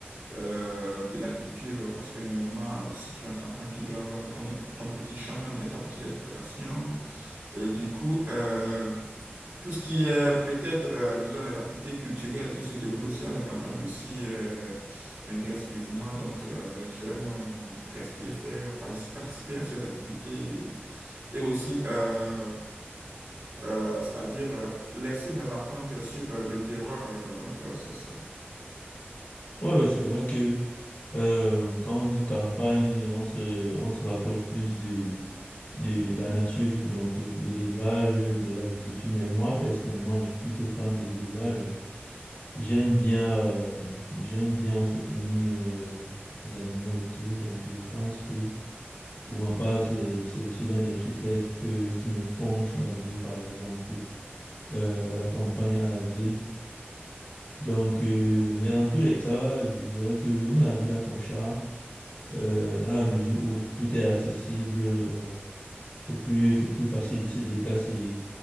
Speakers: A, on the right; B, on the left.
A: euh, de l'agriculture, parce que normalement, si tu es en campagne, tu dois avoir ton, ton petit champ, bien ta petite exploitation. Et du coup, euh, tout ce qui est peut-être, euh, disons, les activités culturelles qui se déroulent aussi à la campagne aussi euh, m'intéresse vivement. Donc, euh, j'aime euh, rester, faire, partic- participer à ces activités et aussi, euh, euh, c'est-à-dire, euh, laisser mes empreintes sur euh, le terroir. euh, donc, euh, c'est ça.
B: Ouais, ouais, c'est vrai que euh, quand on dit campagne, on se, on se rapproche plus de, de la nature, donc euh, de l'élevage, de l'agriculture, mais moi, personnellement, je suis plutôt fan de l'élevage. J'aime bien, euh, j'aime bien entretenir euh, les animaux et tout, donc je pense que pour ma part, c'est, c'est aussi l'un des critères qui peut, qui me font choisir, par exemple, euh, la campagne à la ville. Donc, euh, mais dans tous les cas, je dirais que même la ville a son charme, euh, dans la mesure où tout est accessible, euh, c'est plus, c'est plus facile de se déplacer,